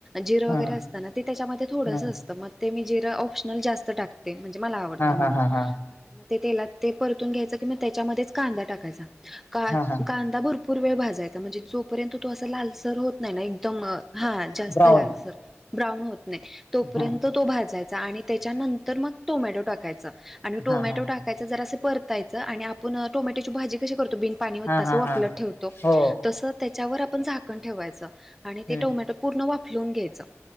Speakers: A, in the centre; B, on the left.
A: जीर
B: हा
A: वगैरे
B: हा
A: असत ना ते त्याच्यामध्ये थोडस
B: हा
A: असतं म ते मी जिरं ऑप्शनल जास्त टाकते. म्हणजे मला आवडतं म्हणून
B: हा हा
A: आणि मग ते तेलात ते परतून घ्यायच की म त्याच्यामध्येच कांदा टाकायचा का
B: हा हा
A: कांदा भरपूर वेळ भाज जायचा म्हणजे जोपर्यंत तो लालसर होत नाय ना एकदम हा जास्त
B: ब्राऊन
A: लालसर ब्राऊन होत नाय तोपर्यंत
B: हा
A: तो भाजायचा आणि त्याच्यानंतर मग टोमॅटो टाकायचा. आणि टोमॅटो
B: हा हा हा
A: टाकायचं जरासं परतायचं आणि आपण टोमॅटोची भाजी कशी करतो बिन पानी वतता
B: हा
A: अस
B: हा
A: वाफलत
B: हा
A: ठेवतो.
B: हो
A: तस त्याच्यावर आपण झाकण ठेवायच. आणि ते
B: हम्म
A: टोमॅटो पूर्ण वाफलुन घ्यायच